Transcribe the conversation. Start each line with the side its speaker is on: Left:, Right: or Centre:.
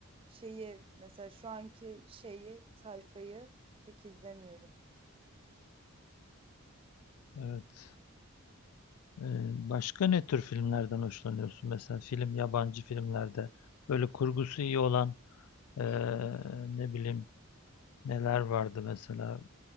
Right: şeyi mesela şu anki şeyi tayfayı pek izlemiyorum.
Left: Evet. E, Başka ne tür filmlerden hoşlanıyorsun? Mesela film, yabancı filmlerde böyle kurgusu iyi olan e, ne bileyim Neler vardı mesela